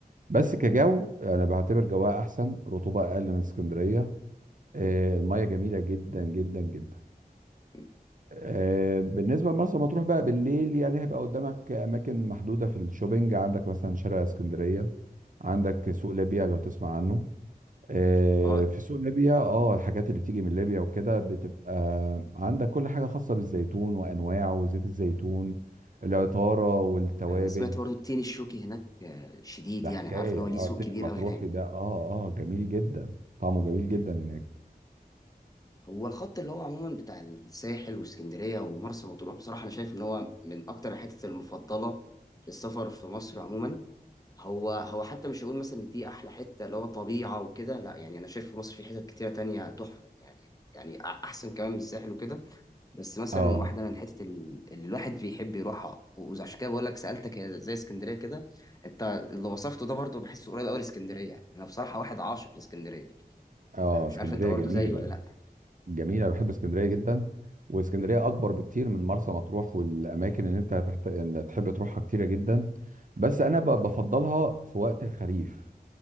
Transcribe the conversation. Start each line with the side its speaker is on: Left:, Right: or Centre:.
Right: بس
Left: مم.
Right: كجو انا بعتبر جواها احسن رطوبه اقل من اسكندريه آه،
Left: مم.
Right: الميه جميله جدا جدا جدا
Left: مم.
Right: آه، بالنسبه لمرسى مطروح بقى بالليل يعني هيبقى قدامك اماكن محدوده في الشوبينج عندك مثلا شارع اسكندريه عندك سوق ليبيا لو تسمع عنه آه،
Left: اه
Right: في سوق ليبيا اه الحاجات اللي بتيجي من
Left: مم.
Right: ليبيا وكده بتبقى عندك كل حاجه خاصه بالزيتون وانواعه وزيت الزيتون العطاره والتوابل
Left: انا سمعت برضو التين الشوكي هناك آه، شديد
Right: ده
Left: يعني
Right: حكاية
Left: انا عارف ان هو
Right: اه
Left: ليه سوق
Right: التاني
Left: كبير
Right: المطروحي
Left: قوي هناك
Right: ده اه اه جميل جدا طعمه جميل
Left: مم.
Right: جدا هناك
Left: هو الخط اللي هو عموما بتاع الساحل واسكندرية ومرسى مطروح بصراحة انا شايف ان هو من اكتر الحتت المفضلة للسفر في مصر عموما هو هو حتى مش هقول مثلا ان دي احلى حته اللي هو طبيعه وكده لا يعني انا شايف في مصر في حتت كتيره تانية تحفه يعني يعني أ- احسن كمان من الساحل وكده بس مثلا
Right: اه
Left: واحده من الحتت ال- اللي الواحد بيحب يروحها وعشان كده بقول لك سالتك هي زي اسكندريه كده انت اللي وصفته ده برضو بحسه قريب قوي لاسكندريه انا بصراحه واحد عاشق لاسكندريه
Right: اه
Left: فمش
Right: اسكندرية
Left: عارف انت برضو
Right: جميلة
Left: زيي ولا لا
Right: جميلة بحب اسكندرية جدا واسكندرية
Left: امم
Right: أكبر بكتير من مرسى مطروح والأماكن اللي أنت هتحت... إن تحب تروحها كتيرة جدا بس أنا ب... بفضلها في وقت الخريف